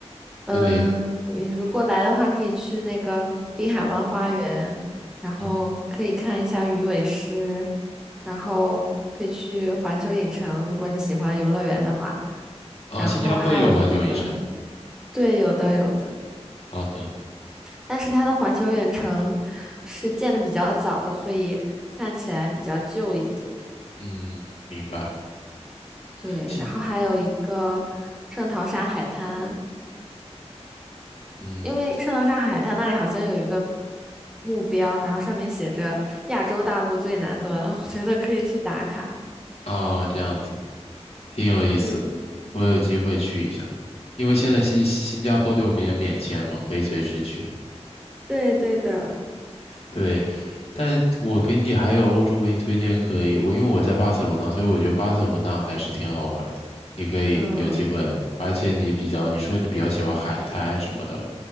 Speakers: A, in the centre; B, on the left.
A: 嗯，
B: 对，
A: 你如果来的话，可以去那个滨海湾花园，然后可以看一下鱼尾狮，
B: 嗯，
A: 然后可以去环球影城，如果你喜欢游乐园的话。
B: 哦，
A: 然后还有一个，
B: 新加坡也有环球影城。
A: 对，有的有的，
B: 好的，
A: 但是它的环球影城是建的比较早的，所以看起来比较旧一点。
B: 嗯，明白。
A: 对，
B: 新，
A: 然后还有一个圣淘沙海滩。
B: 嗯，
A: 因为圣淘沙海滩那里好像有一个目标，然后上面写着亚洲大陆最南端，<laughs> 我觉得可以去打卡。
B: 啊，这样子挺有意思，
A: 对，
B: 我有机会去一下，因为现在新新加坡对我们也免签嘛，可以随时去。
A: 对对的，
B: 对，但我给你还有欧洲给你推荐可以，我因为我在巴塞罗那，所以我觉得巴塞罗那还是挺好玩的。你可以有机会来，
A: 嗯
B: 而且你比较，你说你比较喜欢海滩什么的，